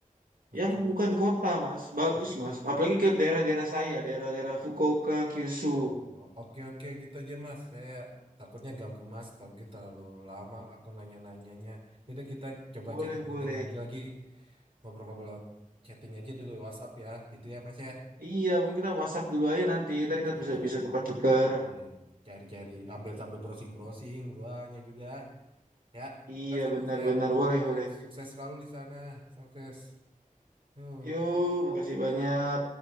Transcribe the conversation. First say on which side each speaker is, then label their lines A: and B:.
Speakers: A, on the right; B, on the right.
A: oke
B: yang bukan kota, Mas. Bagus,
A: oke
B: Mas. Apalagi ke daerah-daerah saya, daerah-daerah Fukuoka, Kyushu.
A: Oh, Oke oke gitu aja mas. Saya takutnya ganggu mas. Atau mungkin terlalu lama aku nanya-nanyanya. Jadi kita coba
B: Boleh,
A: chatting-chatting
B: boleh.
A: lagi lagi ngobrol-ngobrol chatting aja dulu WhatsApp ya. Itu ya mas ya.
B: Iya, mungkin kita WhatsApp dulu aja nanti. Ntar kita
A: Siap-siap.
B: bisa bisa tukar-tukar.
A: Ah, iya. Cari-cari ambil sambil browsing-browsing. Guanya juga. Ya.
B: Iya,
A: Makasih ya,
B: benar-benar.
A: mas ya. Mas
B: Boleh,
A: Ryan.
B: boleh.
A: Sukses selalu di sana. Sukses. Yuk.
B: Yuk, makasih banyak.